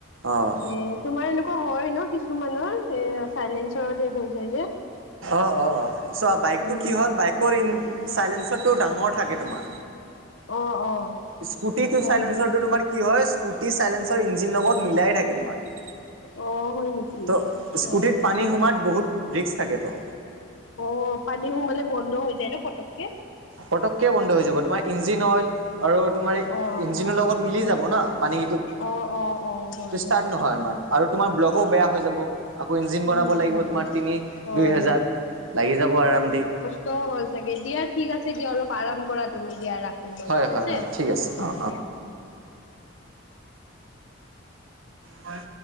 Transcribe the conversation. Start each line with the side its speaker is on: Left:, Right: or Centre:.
Right: অ'।
Left: এ তোমাৰ এনেকুৱা হয় ন কিছুমানৰ এ চাইলেঞ্চৰতে হৈ যায় যে।
Right: অ অ অ চোৱা বাইকটো
Left: উম
Right: কি হ'ল বাইক কৰ ইন চাইলেনচৰটো ডাঙৰ থাকে তোমাৰ।
Left: অ অ।
Right: স্কুটিটো
Left: হয়
Right: সাইলেনচাৰটো
Left: নেকি?
Right: তোমাৰ কি হয় স্কুটি চাইলেঞ্চৰ ইঞ্জিন লগত মিলাই থাকে তোমাৰ।
Left: অ হয় নেকি?
Right: ত স্কুটিত
Left: অ
Right: পানী সোমাত বহুত ৰিক্স থাকে তো।
Left: অ পানী সোমালে বন্ধ হৈ যায় ন পটককে।
Right: পটককে বন্ধ হৈ যাব তোমাৰ ইঞ্জিন অইল আৰু তোমাৰ
Left: অ
Right: ইঞ্জিনৰৰ লগত মিলি যাব ন পানী
Left: অ অ অ হয়
Right: ষ্টাৰ্ট
Left: হয়।
Right: নহয় ইমান আৰু তোমাৰ ব্লগো
Left: অ
Right: বেয়া হৈ যাব। আকৌ ইঞ্জিন
Left: উম
Right: বনাব
Left: উম
Right: লাগিব তোমাৰ তিনি
Left: হয়
Right: দুই হাজাৰ লাগি যাব আৰাম দি।
Left: ত হ'ল চাগে দিয়া ঠিক আছে দিয়া অলপ আৰাম কৰা তুমি দিয়া ৰা খো ময়
Right: হয়
Left: ঠিক
Right: হয়
Left: আছে
Right: হয় ঠিক আছে
Left: উম
Right: অঁ
Left: দিয়া।
Right: হয়।